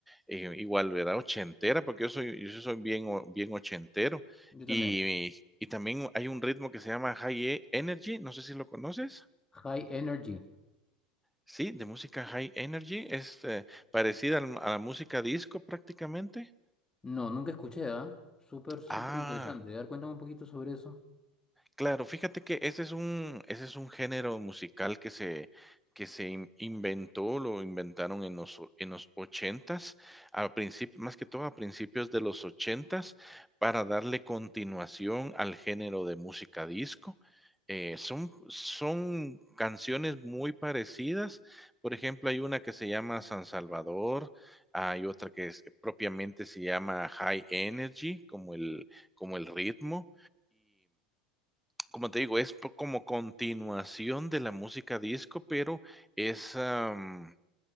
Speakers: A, in the centre; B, on the left.
A: eh, igual, ¿verdad? Ochentera, porque yo soy, yo sí soy bien, o- bien ochentero.
B: Yo también.
A: Y, y también hay un ritmo que se llama High E- Energy, no sé si lo conoces.
B: High Energy.
A: Sí, de música High Energy, es eh, parecida al- a la música disco prácticamente.
B: No, nunca escuché, ¿ah? Súper, súper
A: Ah.
B: interesante. A ver, cuéntame un poquito sobre eso.
A: Claro, fíjate que ese es un ese es un género musical que se que se in- inventó, lo inventaron en los o- en los ochentas, al principio, más que todo a principios de los ochentas para darle continuación al género de música disco. Eh, son, son canciones muy parecidas. Por ejemplo, hay una que se llama San Salvador, hay otra que es- propiamente se llama High Energy, como el, como el ritmo. Como te digo, es po como continuación de la música disco, pero es, am,